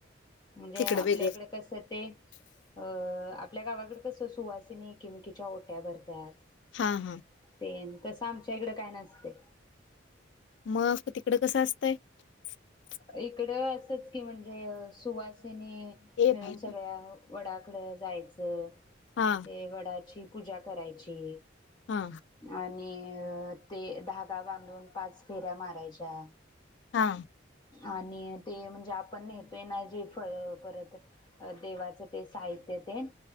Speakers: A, on the left; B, on the left.
A: म्हणजे
B: तिकडं
A: आपल्या
B: वेगळं
A: इकड कस, ते अ आपल्या गावाकडे कस सुवासिनी किमकीच्या ओट्या भरत्याात.
B: हा हा
A: ते तस आ- त्याच्या इकडं काय नसतय.
B: मग तिकड कसं असतंय. <unintelligible>
A: इकडं असच की म्हणजे सुवासि- नी
B: ए
A: मिळून
B: भाई
A: सगळ्या- वडाकड जायचं-
B: हा
A: ते वडाची- पूजा करायची.
B: हा
A: आणि- अ- ते धागा बांधून पाच फेऱ्या मारायच्या.
B: हा.
A: आणि ते म्हणजे आपण नेतोय ना जे फळ परत देवाचं ते साहित्य तेन